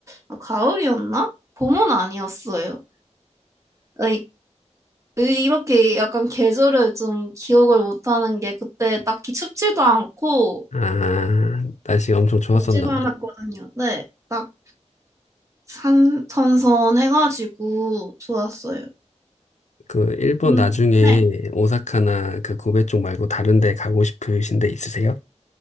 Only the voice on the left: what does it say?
아, 날씨가 엄청 좋았었나
보다.
그 일본
나중에
오사카나 그 고베 쪽 말고 다른 데 가고 싶으신 데 있으세요?